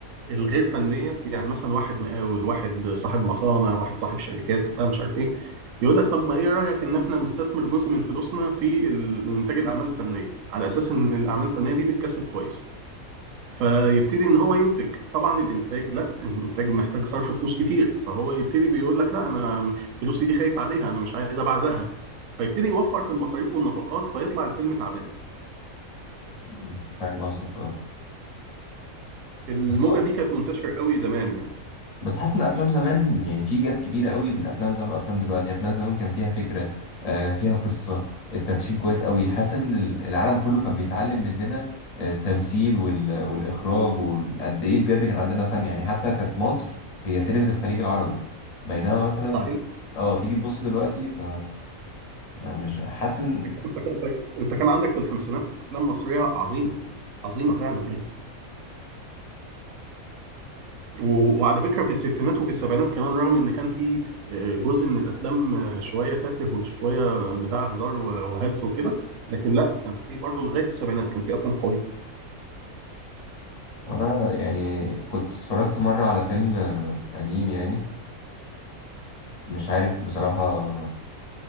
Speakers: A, on the right; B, on the left.
A: الغير فنيه يعني مثلا واحد مقاول واحد صاحب مصانع واحد صاحب شركات بتاع مش عارف ايه يقول لك طب ما ايه رايك ان احنا نستثمر جزء من فلوسنا في ال- انتاج الاعمال الفنيه على اساس ان الاعمال الفنيه دي بتكسب كويس فيبتدي ان هو ينتج طبعا الانتاج لا الانتاج محتاج صرف فلوس كتير فهو يبتدي بيقول لك لا انا فلوسي دي خايف عليها انا مش عايز ابعزقها فيبتدي يوفر في المصاريف والنفقات فيطلع الفيلم تعبان
B: مم. فاهم قصدك اه
A: الموجه
B: بس
A: دي كانت منتشره قوي زمان يعني
B: بس حاسس ان افلام زمان يعني في جاب كبيره قوي بين افلام زمان وافلام دلوقتي يعني افلام زمان كان فيها فكره آه، فيها قصه التمثيل كويس قوي حاسس ان ال- العالم كله كان بيتعلم مننا آه، التمثيل وال- والاخراج وقد ايه بجد كان عندنا فن يعني حتى كانت مصر هي سينما الخليج العربي بينما مثلا
A: صحيح
B: اه تيجي تبص دلوقتي ف يعني مش حاسس ان
A: انت كان انت كان عندك في الخمسينات افلام مصريه عظيمه عظيمه فعلا يعني و- وعلى فكرة في الستينات وفي السبعينات كمان رغم إن كان في آه، جزء من الأفلام آه، شوية تافه وشوية بتاع هزار و- وهلس وكده لكن لا كان في برضه لغاية السبعينات كان في أفلام قوية
B: وانا يعني كنت اتفرجت مره على فيلم آه، قديم يعني مش عارف بصراحه